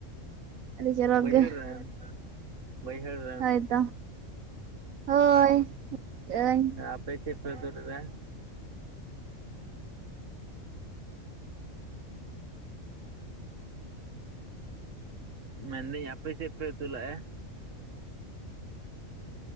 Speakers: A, on the right; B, on the right.
A: ᱟᱹᱰᱤ ᱪᱚᱨᱚᱠ
B: ᱵᱟᱭᱦᱟᱹᱲ
A: ᱜᱮ
B: ᱨᱮᱱ᱾ ᱵᱟᱭᱦᱟᱹᱲ ᱨᱮᱱ᱾
A: ᱦᱳᱭᱛᱚ ᱦᱳᱭ ᱟᱹᱧ
B: ᱟᱯᱮ ᱪᱮᱫ ᱯᱮ ᱩᱛᱩ ᱞᱮᱫᱟ? ᱢᱮᱱᱫᱟᱹᱧ ᱟᱯᱮ ᱪᱮᱫ ᱯᱮ ᱩᱛᱩᱞᱟᱜ-ᱟ?